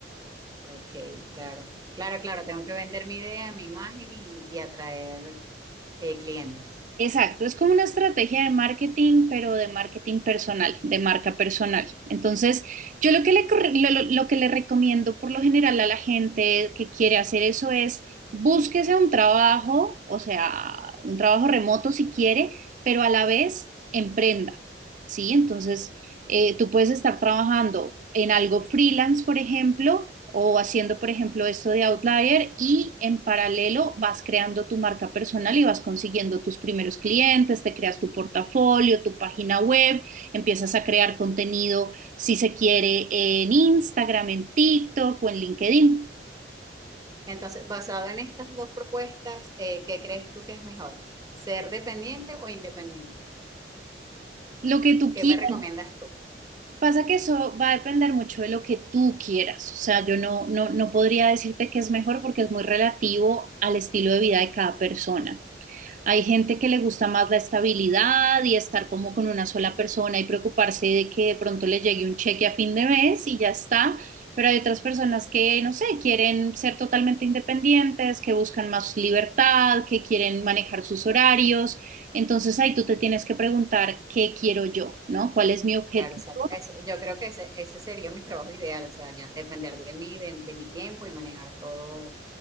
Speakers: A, on the right; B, on the right.
A: ok, claro, claro, claro, tengo que vender mi idea, mi imagen y, y atraer eh, clientes.
B: Exacto, es como una estrategia de marketing, pero de marketing personal, de marca personal. Entonces, yo lo que le, corre- lo, lo- lo que le recomiendo por lo general a la gente que quiere hacer eso es búsquese un trabajo, o sea, un trabajo remoto si quiere, pero a la vez emprenda, ¿sí? Entonces... Eh, tú puedes estar trabajando en algo freelance, por ejemplo, o haciendo, por ejemplo, esto de Outlier y en paralelo vas creando tu marca personal y vas consiguiendo tus primeros clientes, te creas tu portafolio, tu página web, empiezas a crear contenido, si se quiere, en Instagram, en TikTok o en LinkedIn,
A: Entonces, basado en estas dos propuestas, eh, ¿qué crees tú que es mejor? ¿Ser dependiente o independiente?
B: lo que tú
A: ¿Qué
B: quieras.
A: me recomiendas tú?
B: Pasa que eso va a depender mucho de lo que tú quieras. O sea, yo no, no, no podría decirte que es mejor porque es muy relativo al estilo de vida de cada persona. Hay gente que le gusta más la estabilidad y estar como con una sola persona y preocuparse de que de pronto le llegue un cheque a fin de mes y ya está. Pero hay otras personas que, no sé, quieren ser totalmente independientes, que buscan más libertad, que quieren manejar sus horarios. Entonces ahí tú te tienes que preguntar qué quiero yo, ¿no? ¿Cuál es mi objetivo?
A: Claro, exacto. Eso, yo creo que ese, ese sería mi trabajo ideal, o sea, ya depender de mí, de, de mi tiempo y manejar todo,